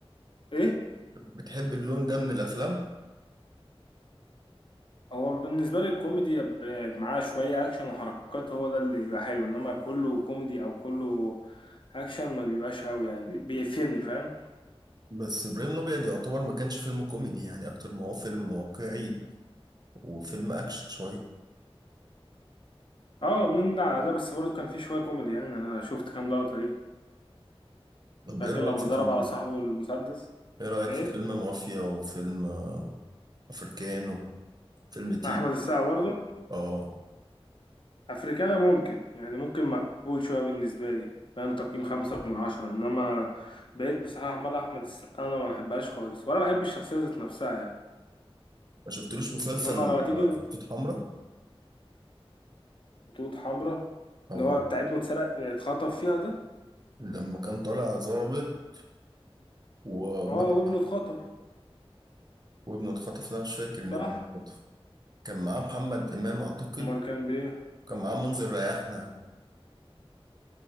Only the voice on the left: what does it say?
إيه؟
هو بالنسبة لي الكوميدي يبقى معاه شوية أكشن وحركات هو ده اللي بيبقى حلو إنما كله كوميدي أو كله أكشن ما بيبقاش أوي يعني بي- بيقفلني فاهم؟
اه من ده على ده بس برضه كان فيه شوية كوميدي يعني أنا شفت كام لقطة ليه
فاكر
لما
ضرب
على صاحبه المسدس
ايه
احمد السقا برضه
افريكانا ممكن يعني ممكن مقبول شويه بالنسبه لي فاهم تقييم خمسة من عشرة انما بقيت بصراحه عمال احمد السقا انا ما بحبهاش خالص ولا بحب الشخصيه ذات نفسها يعني
انما لو هتيجي
خطوط حمراء
اللي هو بتاع ابنه اتسرق اتخطف فيها ده
اه وابنه اتخطف
صح
امال كان بيه